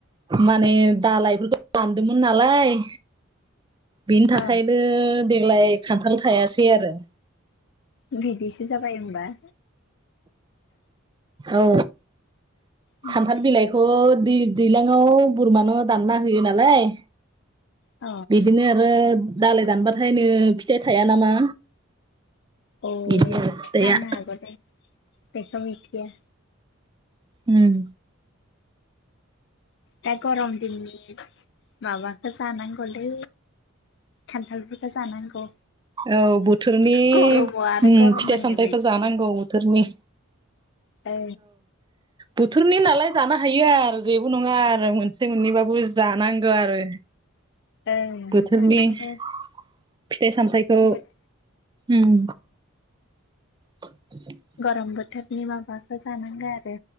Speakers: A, on the right; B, on the left.
A: माने दालायफोरखौ दानदोंमोन नालाय बेनि थाखायबनो
B: अ
A: देग्लाय खान्थाल थायाखै आरो
B: बिदिसो जाबाय होमबा
A: औ
B: अ
A: खान्थाल बिलाइ ओ दै दैज्लांआव बोरमानो दानना होयो नालाय
B: अ
A: बिदिनो आरो दालाय दानबाथाय नो फिथाइ थाया नामा
B: औ
A: बिदि आरो फिथाइया
B: जानो हागौ दै बेखौ मिथिआ
A: उम
B: दा गरम दिननि माबखौ जानांगौलै खान्थाल जानांगौ
A: औ बोथोरनि
B: गरमाव
A: उम
B: आरो गरम
A: फिथाइ
B: नांनाय
A: सामथाइफखौ जानांगौ बोथोरनि
B: औ
A: बोथोरनि नालाय जानो हायो आरो जेबो नङा आरो मोनसे मोननैबो जानांगौ आरो
B: <unintelligible> ओं
A: बोथोरनि
B: जानांगौ
A: फिथाइ सामथाय औ
B: बोथ
A: उम <unintelligible>
B: ग'रम बोथोरनि माबाखौ जानांगौ आरो